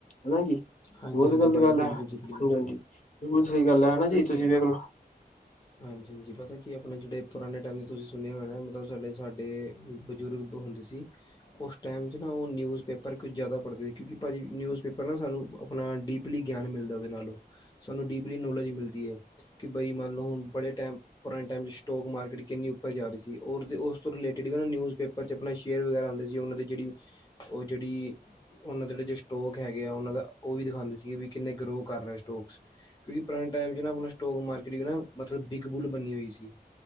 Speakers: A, on the left; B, on the left.
A: ਹਨਾ ਜੀ।
B: ਹਾਂਜੀ
A: ਬਹੁਤ
B: ਹਾਂਜੀ
A: ਗ਼ਲਤ
B: ਭਾਜੀ
A: ਗੱਲ ਹੈ।
B: ਬਿਲਕੁਲ
A: ਹਾਂਜੀ,
B: ਜੀ ਬਿਲਕੁਲ
A: ਹਾਂਜੀ ਬਿਲਕੁਲ ਸਹੀ ਗੱਲ ਹੈ ਹਨਾ ਜੀ। ਤੁਸੀਂ
B: <inaudible>
A: ਵੇਖ ਲੋ
B: ਹਾਂਜੀ ਹਾਂਜੀ ਪਤਾ ਕੀ ਐ ਆਪਣੇ ਜਿਹੜੇ ਪੁਰਾਣੇ ਟਾਈਮ ਚ ਤੁਸੀ ਸੁਣਿਆ ਹੋ ਮਤਲਬ ਸਾਡੇ ਸਾਡੇ ਬਜ਼ੁਰਗ ਦੋ ਹੁੰਦੇ ਸੀ। ਉਸ ਟਾਈਮ ਚ ਨਾ ਉਹ ਨਿਊਜ਼ ਪੇਪਰ ਕੁਝ ਜਿਆਦਾ ਪੜਦੇ, ਕਿਉਕਿ ਭਾਅ ਜੀ ਨਿਊਜ਼ ਪੇਪਰ ਨਾ ਸਾਨੂੰ ਆਪਣਾ ਡੀਪਲੀ ਗਿਆਨ ਮਿਲਦਾ ਉਹਦੇ ਨਾਲੋਂ, ਸਾਨੂੰ ਡੀਪਲੀ ਨੋਲੇਜ ਮਿਲਦੀ ਏ। ਕਿ ਬਈ ਮੰਨ ਨੂੰ ਬੜੇ ਟੈਮ ਪੁਰਾਣੇ ਟਾਈਮ ਚ ਸਟੋਕ ਮਾਰਕੀਟ ਕਿੰਨੀ ਉਪਰ ਜਾ ਰੀ ਸੀ ਔਰ ਉਸ ਤੋ ਰਿਲੇਟਿਡ ਵੀ ਨਾ ਨਿਊਜ਼ਪੇਪਰ ਪਹਿਲੇ ਚ ਆਪਣੇ ਸ਼ੇਅਰ ਵਗੈਰਾ ਹੁੰਦੇ ਸੀ, ਉਹਨਾਂ ਦੀ ਜਿਹੜੀ ਉਹ ਜਿਹੜੀ ਉਹਨਾਂ ਦੇ ਜਿਹੜੇ ਜੋ ਸਟੋਕ ਹੈਗੇ ਆ ਉਹਨਾਂ ਦਾ ਉਹ ਵੀ ਦਿਖਾਉਦੇ ਸੀਗੇ ਵੀ ਕਿੰਨੇ ਗਰੋ ਕਰ ਰਹੇ ਸਟੋਕਸ, ਕਿਉਂਕਿ ਪੁਰਾਣੇ ਟਾਈਮ ਚ ਨਾ ਆਪਣਾ ਥੋਕ ਮਾਰਕੀਟ ਮਤਲਬ ਬਿਗ ਬੁਲ ਬਣੀ ਹੋਈ ਸੀ।